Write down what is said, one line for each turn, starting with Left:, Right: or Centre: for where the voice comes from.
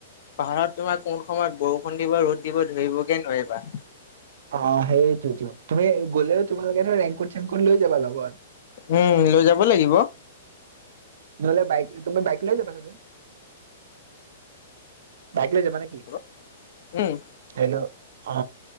Left: পাহাৰত তোমাৰ কোন সময়ত বৰষুণ দিব ৰ'দ দিব ধৰিবগে নোৱাৰিবা।
Right: অ সেইটোতো তুমি গলেও তোমালোকে ধৰা ৰেংকুট চেংকুট লৈ যাবা লগত।
Left: উম লৈ যাব লাগিব।
Right: নহ'লে বাইক তুমি বাইক লয় যাবা চবে। বাইক লৈ যাবা নেকি।
Left: হেল্ল, উম।
Right: হেল্ল' অ